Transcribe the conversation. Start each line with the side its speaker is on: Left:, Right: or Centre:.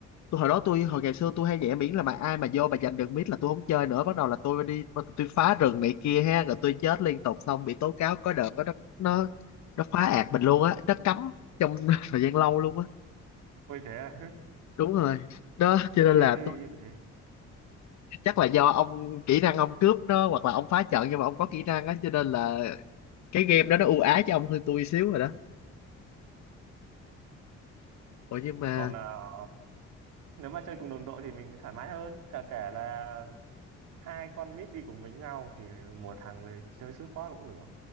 Left: tôi hồi đó tôi hồi ngày xưa tôi hay nhảy miễn là mà ai mà vô mà giành được miết là tôi không chơi nữa bắt đầu là tôi đi tôi phá rừng này kia ha rồi tôi chết liên tục xong bị tố cáo có đợt có nó nó nó phá ạt mình luôn á nó cấm trong <laughs> thời gian lâu luôn á
Right: Ôi thế à? <laughs>
Left: đúng rồi đó cho
Right: Tôi
Left: nên
Right: thì
Left: là
Right: chưa
Left: tôi
Right: bị như thế.
Left: chắc là do ông kỹ năng ông cướp đó hoặc là ông phá trận nhưng mà ông có kỹ năng á cho nên là cái game đó nó ưu ái cho ông hơn tôi xíu rồi đó ủa nhưng mà
Right: Còn à, nếu mà chơi cùng đồng đội thì mình thoải mái hơn. Cả kể là hai con nít đi cùng với nhau thì một thằng thì chơi support cũng được.